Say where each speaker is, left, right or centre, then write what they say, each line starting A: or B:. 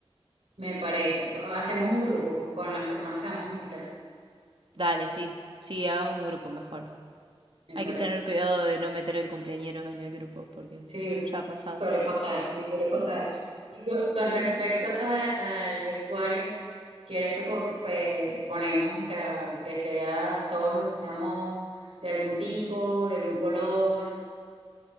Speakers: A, on the right; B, on the right.
A: Me parece. Hacemos un grupo con las personas que vamos a invitar,
B: Dale, sí, sí, hagamos un grupo mejor.
A: me
B: Hay
A: parece.
B: que tener cuidado de no meter el cumpleañero en el grupo porque
A: Sí,
B: ya ha pasado.
A: suele pasar, sí, suele pasar. Y con, con respecto a- al vestuario, ¿quieres que po- pe- ponemos, o sea, que sea, todos nos vistamos de algún tipo, de algún color,